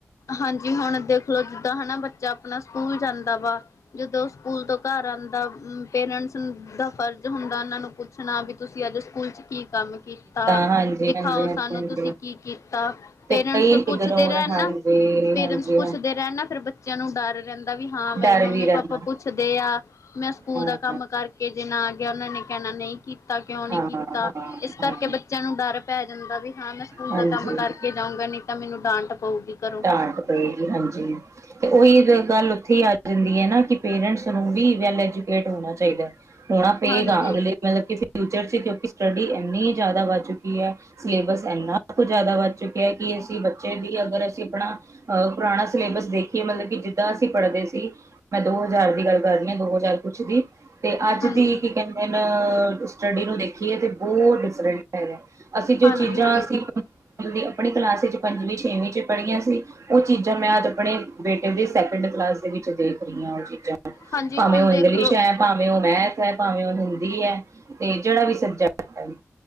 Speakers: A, on the left; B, on the right.
A: ਹਾਂਜੀ, ਹੁਨ ਦੇਖ ਲਓ, ਜਿੱਦਾਂ ਹੈ ਨਾ, ਬੱਚਾ ਅਪਨਾ ਸਕੂਲ ਜਾਂਦਾ ਵਾ। ਜਦੋਂ ਸਕੂਲ ਤੋਂ ਘਰ ਆਂਦਾ, ਪੇਰੈਂਟਸ ਦਾ ਫਰਜ਼ ਹੁੰਦਾ ਉਨਾਂ ਨੂੰ ਕੁਛ ਸੁਨਾ ਬਈ, ਤੁਸੀਂ ਅੱਜ ਸਕੂਲ 'ਚ ਕੀ ਕੰਮ ਕੀਤਾ,
B: ਹਾਂਜੀ
A: ਦਿਖਾਓ
B: ਹਾਂਜੀ ਹਾਂਜੀ
A: ਸਾਨੂੰ ਤੁਸੀਂ
B: ਹਾਂਜੀ
A: ਕੀ ਕੀਤਾ?
B: ਤੇ
A: ਪੇਰੈਂਟਸ
B: ਕਈ
A: ਨੂੰ ਪੁੱਛਦੇ
B: ਇਗਨੋਰ
A: ਰੈਨ
B: ਹਾਂਜੀ
A: ਨਾ। ਪੇਰੈਂਟਸ
B: ਹਾਂਜੀ
A: ਪੁੱਛਦੇ
B: ਹਾਂਜੀ
A: ਰੈਨ ਨਾ, ਫੇਰ ਬੱਚਿਆਂ ਨੂੰ ਡਰ ਰੈਂਦਾ ਵੀ ਹਾਂ, ਮੇਰੇ
B: ਡਰ
A: ਮੰਮੀ-ਪਾਪਾ
B: ਵੀ ਰਹਿੰਦਾ
A: ਪੁੱਛਦੇ ਆ। ਮੈਂ ਸਕੂਲ
B: ਹਾਂ
A: ਦਾ ਕੰਮ ਕਰਕੇ ਜੇ ਨਾ ਗਿਆ, ਉਨਾਂ ਨੇ ਕੈਂਨਾ, ਨਈ ਕੀਤਾ? ਕਿਉਂ ਨੀ
B: ਹਾਂ
A: ਕੀਤਾ?
B: ਹਾਂ
A: ਇਸ
B: ਹਾਂ
A: ਕਰਕੇ ਬੱਚੇ ਬੱਚਿਆਂ ਨੂੰ ਡਰ ਪੈ ਜਾਂਦਾ ਵੀ ਹਾਂ, ਮੈਂ ਸਕੂਲ
B: ਹਾਂਜੀ
A: ਦਾ ਕੰਮ ਕਰਕੇ ਜਾਊਂਗਾ, ਨਈ ਤਾਂ ਮੈਨੂੰ ਡਾਂਟ ਪਊਗੀ। ਘਰੋਂ
B: ਡਾਂਟ ਪਏਗੀ, ਹਾਂਜੀ। 'ਤੇ ਓਈ ਗੱਲ ਉੱਥੇ ਈ ਆ ਜਾਂਦੀ ਏ ਨਾ, ਕਿ ਪੇਰੈਂਟਸ ਨੂੰ ਵੀ ਵੈਲ ਐਜੂਕੇਟ ਹੋਨਾ ਚਾਈਦੈ। ਹੋਣਾ ਪਏਗਾ,
A: ਹਾਂਜੀ,
B: ਅਗਲੇ ਮਤਲਬ ਕਿ ਫਿਊਚਰ 'ਚ, ਕਿਉਂਕਿ ਸਟੱਡੀ ਐੰਨੀ ਜਾਦਾ ਵੱਦ ਚੁੱਕੀ ਐ। ਸਿਲੇਬਸ ਐੰਨਾ ਕੁ ਜਾਦਾ ਵੱਧ ਚੁੱਕਿਐ ਕਿ ਅਸੀਂ ਬੱਚੇ ਦੀ, ਅਗਰ ਅਸੀਂ ਅਪਣਾ, ਅਹ ਪੁਰਾਣਾ ਸਿਲੇਬਸ ਦੇਖੀਏ, ਮਤਲਬ ਕਿ ਜਿੱਦਾਂ ਅਸੀਂ ਪੜ੍ਹਦੇ ਸੀ। ਮੈਂ ਦੋ ਹਜ਼ਾਰ ਦੀ ਗੱਲ ਕਰ ਰੀ ਆ ਦੋ ਹਜ਼ਾਰ ਕੁਛ ਦੀ, 'ਤੇ ਅੱਜ
A: ਹਾਂਜੀ,
B: ਦੀ ਕੀ ਕੈਂਦੇ? ਏਂਨਾ, ਸਟੱਡੀ ਨੂੰ ਦੇਖੀਏ 'ਤੇ ਬੋਤ ਡਿਫਰੈਂਟ ਹੈਗਾ, ਅਸੀ ਜੋ
A: ਹਾਂਜੀ,
B: ਚੀਜ਼ਾਂ
A: ਹਾਂਜੀ।
B: ਅਸੀ ਜੇੜੀ ਆਪਨੀ ਕਲਾਸ 'ਚ ਪੰਜਵੀਂ-ਛੇਵੀਂ 'ਚ ਪੜ੍ਹੀਆ ਸੀ, ਉਹ ਚੀਜ਼ਾਂ ਮੈਂ ਅੱਜ ਅਪਨੇ ਬੇਟੇ ਦੇ ਸੈਕਿੰਡ ਕਲਾਸ ਦੇ ਵਿੱਚ ਦੇਖ ਰੀ ਆ, ਉਹ ਚੀਜ਼ਾਂ।
A: ਹਾਂਜੀ
B: ਭਾਵੇਂ
A: ਹੁਣ
B: ਉਹ
A: ਦੇਖ
B: ਇੰਗਲਿਸ਼
A: ਲੋ
B: ਐ, ਭਾਵੇਂ ਉਹ ਮੈਥ ਐ, ਭਾਵੇਂ ਉਹ ਹਿੰਦੀ ਐ, ਤੇ ਜੇੜਾ ਵੀ ਸਬਜੈਕਟ ਐ ਹੀ।